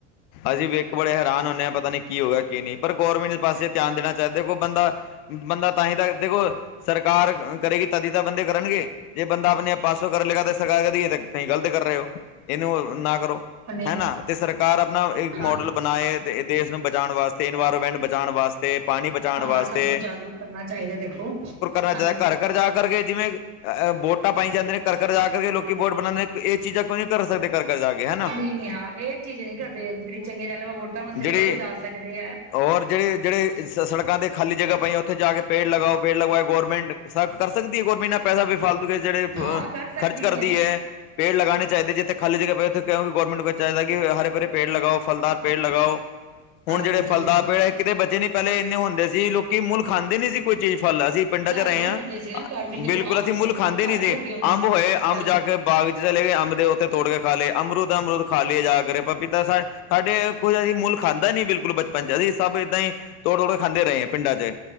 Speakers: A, on the left; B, on the right.
A: ਅਸੀਂ ਵੇਖ ਬੜੇ ਹੈਰਾਨ ਹੁੰਦੇ ਹਾਂ ਪਤਾ ਨੀ। ਕੀ ਹੋਗਾ ਕੀ ਨਹੀਂ ਪਰ ਗੌਰਮੈਂਟ ਇਸ ਪਾਸੇ ਧਿਆਨ ਦੇਣਾ ਚਾਹੀਦਾ ਦੇਖੋ ਬੰਦਾ ਬੰਦਾ ਤਾਂ ਹੀ ਤਾਂ ਦੇਖੋ। ਸਰਕਾਰ ਕਰੇਗੀ ਤਦੀ ਤਾਂ ਬੰਦੇ ਕਰਨਗੇ ਜੇ ਬੰਦਾ ਆਪਣੇ ਆਪ ਪਾਸੋਂ ਕਰ ਲੇਗਾ ਤਾਂ ਸਰਕਾਰ ਕਰੇਗੀ ਨਹੀਂ ਗਲਤ ਕਰ ਰਹੇ ਹੋ ਇਹਨੂੰ ਨਾ ਕਰੋ।
B: ਹਾਂਜੀ
A: ਹਨਾ ਤੇ ਸਰਕਾਰ ਆਪਣਾ ਇੱਕ
B: ਹਾਂ
A: ਮੋਡਲ ਬਣਾਏ ਤੇ ਦੇਸ਼ ਨੂੰ ਬਚਾਉਣ ਵਾਸਤੇ ਇਨਵਾਇਰਮੈਂਟ ਬਚਾਉਣ ਵਾਸਤੇ ਤੇ ਪਾਣੀ ਬਚਾਉਣ
B: ਹਾਂ
A: ਵਾਸਤੇ
B: ਸਭ ਨੂੰ ਜਾਗਰੂਕ ਕਰਨਾ ਚਾਹੀਦਾ ਦੇਖੋ।
A: ਰਾਜਾ
B: ਸਾਰੀ ਜ
A: ਘਰ ਘਰ ਜਾ ਕਰਕੇ ਜਿਵੇਂ। ਅ ਵੋਟਾਂ ਪਾਈ ਜਾਂਦੇ ਆਂ ਨੇ ਘਰ ਘਰ ਜਾ ਕਰਕੇ ਲੋਕੀ ਵੋਟ ਬਣਾਉਂਦੇ ਨੇ ਇਹ ਚੀਜ਼ਾਂ ਕਿਉਂ ਨਹੀਂ ਅਸੈਪਟ ਕਰ ਘਰ ਘਰ ਜਾ ਕੇ ਹੈ ਨਾ
B: ਨਹੀਂ ਨਹੀਂ ਹਾਂ ਇਹ ਚੀਜ਼ ਇਹ ਕਰਦੇ ਜਿਹੜੀ ਚੰਗੀ ਗੱਲ ਵੋਟਾਂ ਵਾਸਤੇ
A: ਜਿਹੜੀ
B: ਤਾਂ ਦੇਖੋ ਜਾ ਸਕਦੇ ਹੈ।
A: ਔਰ ਜਿਹੜੇ ਜਿਹੜੇ ਸੜਕਾਂ ਤੇ ਖਾਲੀ ਜਗ੍ਹਾ ਪਈਆਂ ਉਥੇ ਜਾ ਕੇ ਪੇੜ ਲਗਾਓ ਪੇੜ ਲਗਵਾਏ ਗੌਰ <unintelligible> ਕਰ ਸਕਦੀ ਹੈ ਗੌਰਮਿੰਟ ਨਾਲ ਪੈਸਾ ਵੀ ਫਾਲਤੂ ਜਿਹੜੇ
B: ਹਾਂ ਕਰ
A: ਖਰਚ
B: ਸਕਦੀ
A: ਕਰਦੀ ਹੈ। ਪੇੜ ਲਗਾਉ ਚਾਹੀਦੇ ਜਿੱਥੇ ਖਾਲੀ ਜਗ੍ਹਾ ਪਏ ਉਥੇ ਕਿ ਗੌਰਮੈਂਟ ਚਾਹੀਦਾ ਕਿ ਹਰੇ ਭਰੇ ਪੇੜ ਲਗਾਓ। ਫਲਦਾਰ ਪੇੜ ਲਗਾਓ ਹੁਣ
B: ਹਾਂਜੀ
A: ਜਿਹੜੇ ਫਲਦਾਰ ਪੇੜ ਹੈ ਕਿਤੇ ਬੱਜੇ ਨਹੀਂ ਪਹਿਲੇ ਇੰਨੇ ਹੁੰਦੇ ਸੀ ਲੋਕੀ ਮੁੱਲ ਖਾਂਦੇ ਨੀ ਸੀ ਕੋਈ ਚੀਜ਼ ਫਲ ਅਸੀਂ। ਪਿੰਡਾਂ
B: ਘਰ
A: ਚ ਰਹੇ
B: ਦੇ ਹੀ
A: ਹਾਂ
B: ਹੁੰਦੇ ਸੀ ਨਾ ਘਰ ਵੀ ਦੇਖੋ
A: ਬਿਲਕੁਲ
B: ਅੰਬ
A: ਅਸੀਂ ਮੁੱਲ
B: ਅਮਰੂਦ
A: ਖਾਂਦੇ
B: ਘਰ
A: ਨਹੀਂ
B: ਹੀ
A: ਸੀ
B: ਲੱਗੇ ਹੁੰਦੇ
A: ਅੰਬ
B: ਸੀਗੇ
A: ਹੋਏ
B: ਪਹਿਲਾਂ
A: ਅੰਬ ਜਾ ਕੇ ਬਾਗ ਚਲੇ ਗਏ ਅੰਬ ਦੇ ਉੱਥ ਤੋੜ ਕੇ ਖਾ ਲਏ ਅਮਰੂਦ ਅਮਰੂਦ ਖਾ ਲਈਏ ਜਾ ਕੇ ਪਪੀਤਾ ਸਾਈਡ ਸਾਡੇ ਕੋਈ ਅਸੀਂ ਮੁੱਲ ਖਾਧਾ ਨੀ ਬਿਲਕੁਲ ਬਚਪਨ ਚ ਅਸੀਂ ਸਭ ਏਦਾਂ ਹੀ ਤੋੜ ਤੋੜ ਖਾਂਦੇ ਰਹੇ ਹਾਂ ਪਿੰਡਾਂ ਚ